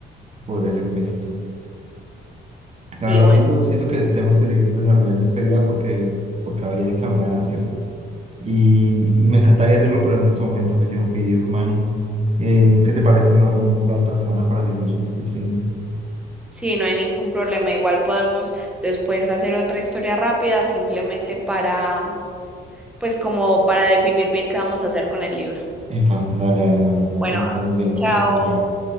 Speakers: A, on the right; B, in the centre.
A: Podría ser un éxito.
B: Sí,
A: La verdad,
B: bueno,
A: siento, siento que tenemos que seguir desarrollando esta idea porque, porque va bien encaminada, ¿cierto? Y, y me encantaría hacerlo, pero en este momento me tengo que ir, Manu. Eh, ¿qué te parece si nos reunimos la otra semana para seguir discutiendo?
B: sí, no hay ningún problema. Igual podemos después hacer otra historia rápida, simplemente para, pues como para definir bien qué vamos a hacer con el libro.
A: Epa, dale, dale, Manu.
B: Bueno,
A: Nos estamos viendo,
B: chao.
A: dale, chao.